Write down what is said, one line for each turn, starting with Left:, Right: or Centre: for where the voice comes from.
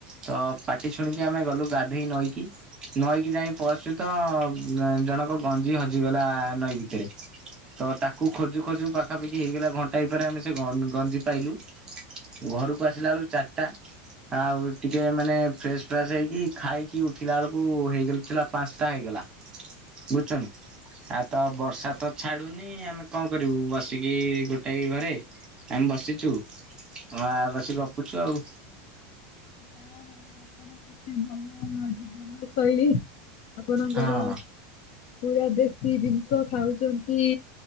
Right: ତ ପାଟି ଶୁଣିକି ଆମେ ଗଲୁ ଗାଧେଇ ନଈକି ନଈକି ଯାଇଁ ପହଞ୍ଚିଚୁ ତ ଜଣକ ଗଞ୍ଜି ହଜିଗଲା ନଈ ଭିତରେ। ତ ତାକୁ ଖୋଜୁ ଖୋଜୁ ପାଖାପାଖି ହେଇଗଲା ଘ ତାଇ ପରେ ଆମେ ସେ ଗ ଗଞ୍ଜି ପାଇଲୁ ଘରକୁ ଆସିଲା ବେଳୁ ଚାରଟା। ଆଉ ଟିକେ ମାନେ ଫ୍ରେସ ଫ୍ରାସ୍ ହେଇକି ଖାଇକି ଉଠିଲା ବେଳକୁ ହେଇଯାଇଥିଲି ପାଞ୍ଚଟା ହେଇଗଲା। ବୁଝୁଚନ୍ତି ଆ ତ ବର୍ଷା ତ ଛାଡୁନି ଆମେ କଣ କରିବୁ ବସିକି ଗୋ ଟେ ଘରେ ଆମେ ବସିଚୁ ଆ ବସି ଗପୁଚୁ ଆଉ।
Left: ନା ଆପଣ କେତେ ଭଲ ଜୀବନ ଶୈଳୀ। ଆପଣଙ୍କର
Right: ହଁ
Left: ପୁରା ଦେଶୀ ଜିନଷ ଖାଉଚନ୍ତି।